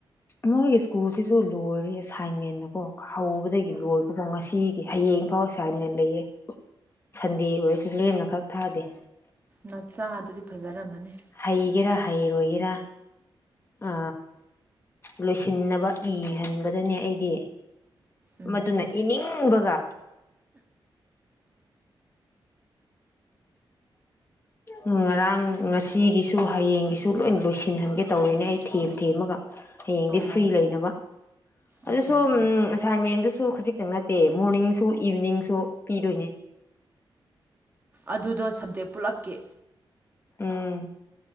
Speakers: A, on the left (about 25°); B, on the right (about 20°).
A: ꯃꯣꯏꯒꯤ ꯁ꯭ꯀꯨꯜꯁꯤꯁꯨ ꯂꯣꯏꯔꯦ ꯑꯦꯁꯥꯏꯟꯃꯦꯟꯗꯀꯣ ꯍꯧꯕꯗꯒꯤ
B: ꯐꯣꯡꯕ
A: ꯂꯣꯏꯕꯕꯧ ꯉꯁꯤ ꯍꯌꯦꯡꯐꯥꯎ ꯑꯦꯁꯥꯢꯟꯃꯦꯟ ꯂꯩꯑ ꯁꯟꯗꯦ ꯑꯣꯏꯔꯁꯨ ꯂꯦꯝꯅ ꯈꯛ ꯊꯥꯗꯦ
B: ꯅꯆꯥ ꯑꯗꯨꯗꯤ ꯐꯖꯔꯝꯃꯅꯤ
A: ꯍꯩꯒꯦꯔꯥ ꯍꯩꯔꯣꯏꯒꯦꯔꯥ ꯑ ꯂꯣꯏꯁꯤꯟꯅꯕ ꯏꯍꯟꯕꯗꯅꯦ ꯑꯩꯗꯤ
B: ꯎꯝ
A: ꯃꯗꯨꯅ ꯏꯅꯤꯡꯕꯒ ꯎꯝ ꯉꯔꯥꯡ ꯉꯁꯤꯒꯤꯁꯨ ꯍꯌꯦꯡꯒꯤꯁꯨ ꯂꯣꯏ ꯂꯣꯏꯁꯤ ꯌꯦꯡꯍꯟꯒꯦ ꯇꯧꯔꯤꯅꯦ ꯑꯩ ꯊꯦꯝ ꯊꯦꯝꯃꯒ ꯍꯌꯦꯡꯗꯤ
B: ꯑꯣ
A: ꯐ꯭ꯔꯤ ꯂꯩꯅꯕ ꯑꯗꯨꯁꯨ
B: ꯑꯠꯆꯥ ꯑꯠꯆꯥ
A: ꯎꯝ ꯉꯁꯥꯏ ꯃꯦꯝꯗꯨꯁꯨ ꯈꯖꯤꯛꯇꯪ ꯅꯠꯇꯦ ꯃꯣꯔꯅꯤꯡꯁꯨ ꯏꯚꯤꯅꯤꯡ ꯄꯤꯗꯣꯏꯅꯦ
B: ꯑꯗꯨꯗꯣ ꯁꯞꯖꯦꯛ ꯄꯨꯜꯂꯛꯀꯤ
A: ꯎꯝ